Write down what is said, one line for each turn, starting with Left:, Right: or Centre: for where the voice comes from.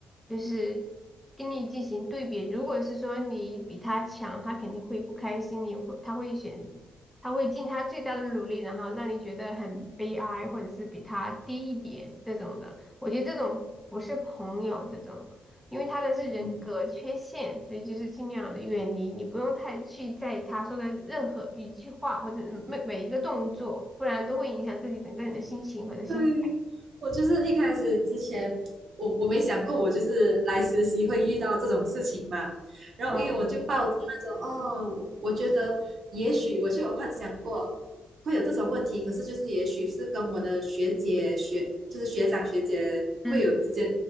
Centre: 就是跟你进行对比。如果是说你比他强，他肯定会不开心，你会他会选他会尽他最大的努力，然后让你觉得很悲哀，或者是比他低一点这种的。我觉得这种不是朋友，这种。因为他的是人格缺陷，
Right: 嗯。
Centre: 所以就是尽量的远离，你不用太去在意他说的任何一句话或者嗯每每一个动作，不然都会影响自己整个人的心情和的心态
Right: 对，我就是一开始之前，我我没想过我就是来实习会遇到这种事情嘛。然后因为我就抱着那种哦，
Centre: 嗯，
Right: 我我觉得也许我就有幻想过会有这种问题，可是就是也许是跟我的学姐学就是学长学姐会有之间
Centre: 嗯，